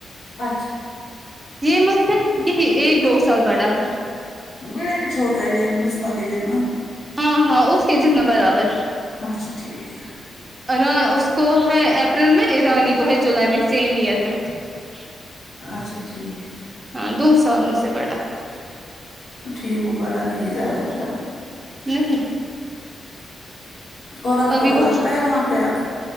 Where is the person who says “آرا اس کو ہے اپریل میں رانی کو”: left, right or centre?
Right